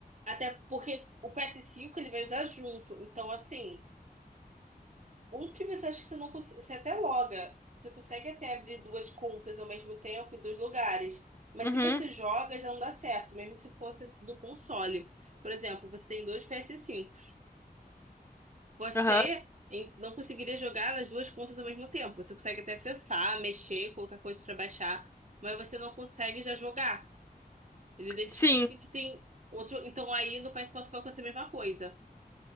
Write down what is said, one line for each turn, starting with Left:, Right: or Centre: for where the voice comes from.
Right: Até porque o PS5 ele vai usar junto. Então, assim, um que você acha que você não consegue. Você até loga. Você consegue até abrir duas contas ao mesmo tempo em dois lugares. Mas
Left: Uhum,
Right: se você joga, já não dá certo, mesmo se fosse do console. Por exemplo, você tem dois PS5. Você
Left: aham.
Right: em- não conseguiria jogar nas duas contas ao mesmo tempo. Você consegue até acessar, mexer, colocar coisas pra baixar, mas você não consegue já jogar. Ele identifica
Left: Sim.
Right: que tem outro. Então aí no PS Portal vai acontecer a mesma coisa.